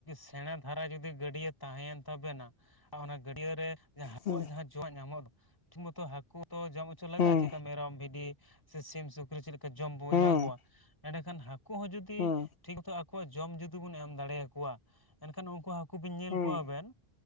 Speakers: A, on the left; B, on the left.
A: ᱥᱮᱬᱮ ᱫᱷᱟᱨᱟ ᱡᱩᱫᱤ ᱜᱟᱹᱰᱭᱟᱹ ᱛᱟᱦᱮᱸᱭᱮᱱ ᱛᱟᱵᱮᱱᱟ ᱚᱱᱟ ᱜᱟᱹᱰᱭᱟᱹ ᱨᱮ ᱡᱟᱦᱟᱸ ᱦᱟᱹᱠᱩᱣᱟᱜ
B: ᱦᱩᱸ
A: ᱡᱟᱦᱟᱸ ᱡᱚ ᱧᱟᱢᱚᱜ ᱴᱷᱤᱠ ᱢᱚᱛᱚ ᱦᱟᱹᱠᱩ ᱛᱚ ᱡᱚᱢ ᱦᱚᱪᱚ ᱞᱟᱜᱟᱜᱼᱟ
B: ᱦᱩᱸ
A: ᱪᱮᱫᱠᱟ ᱢᱮᱨᱚᱢ ᱵᱷᱤᱰᱤ ᱥᱮ ᱥᱤᱢ ᱥᱩᱠᱨᱤ ᱪᱮᱫ ᱞᱮᱠᱟ ᱡᱚᱢ ᱵᱚᱱ
B: ᱦᱩᱸ
A: ᱮᱢᱟ ᱠᱚᱣᱟ ᱮᱸᱰᱮᱠᱷᱟᱱ ᱦᱟᱹᱠᱩ ᱦᱚᱸ ᱡᱩᱫᱤ
B: ᱦᱩᱸ
A: ᱴᱷᱤᱠ ᱢᱚᱛᱚ ᱟᱠᱚᱣᱟᱜ ᱡᱚᱢ ᱡᱩᱫᱤ ᱵᱚᱱ ᱮᱢ ᱫᱟᱲᱮᱭᱟᱠᱚᱣᱟ ᱮᱱᱠᱷᱟᱱ ᱩᱱᱠᱩ ᱦᱟᱹᱠᱩ ᱵᱤᱱ ᱧᱮᱞ
B: ᱦᱩᱸ
A: ᱠᱚᱣᱟᱵᱮᱱ